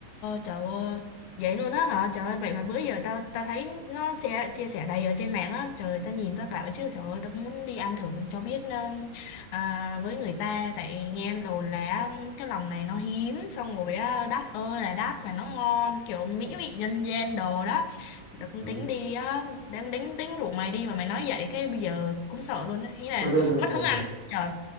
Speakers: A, on the left; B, in the centre.
A: trời ơi vậy luôn á hả trời ơi vậy mà bữa giờ tao tao thấy nó sẽ chia sẻ đầy ở trên mạng á trời tao nhìn tao bảo chứ trời ơi tao cũng muốn đi ăn thử cho biết um, à, với người ta tại nghe đồ là um, cái lòng này nó hiếm xong rồi á, đắt ơi là đắt mà nó ngon kiểu mỹ vị nhân gian đồ đó thì tao cũng
B: thôi
A: tính đi á đang tính tính rủ mày đi mà mày nói vậy cái bây giờ cũng sợ luôn á ý là
B: thôi thôi thôi
A: mất
B: thôi
A: hứng ăn
B: thôi,
A: trời